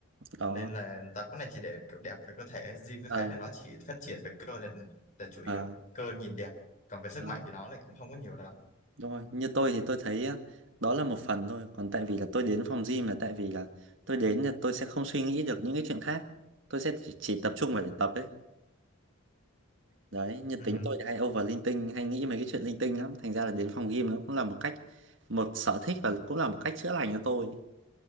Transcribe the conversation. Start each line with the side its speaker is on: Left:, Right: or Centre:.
Right: đó
Left: nên là tập cái này chỉ để kiểu đẹp về cơ thể gym tôi
Right: ờ
Left: thấy là nó chỉ phát triển về cơ là, là chủ yếu
Right: ờ
Left: cơ nhìn đẹp còn về sức
Right: ờ.
Left: mạnh thì nó lại cũng không có nhiều lắm
Right: Đúng rồi, như tôi thì tôi thấy á, đó là một phần thôi. Còn tại vì là tôi đến phòng gym là tại vì là tôi đến là tôi sẽ không suy nghĩ được những cái chuyện khác. Tôi sẽ chỉ, chỉ tập trung vào để tập ấy. Đấy, như tính
Left: ừ.
Right: tôi thì hay over linh tinh, hay nghĩ mấy cái chuyện linh tinh lắm. Thành ra là đến phòng gym nó cũng là một cách, một sở thích và cũng là một cách chữa lành cho tôi.